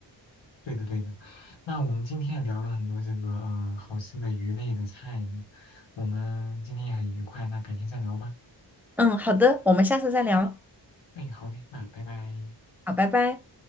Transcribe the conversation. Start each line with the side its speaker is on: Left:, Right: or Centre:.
Left: 对的对的。那我们今天也聊了很多这个呃好吃的鱼类的菜呢我们今天也很愉快，那改天再聊吧。
Centre: 嗯，好的，我们下次再聊。
Left: 哎，好嘞，那拜拜。
Centre: 好，拜拜。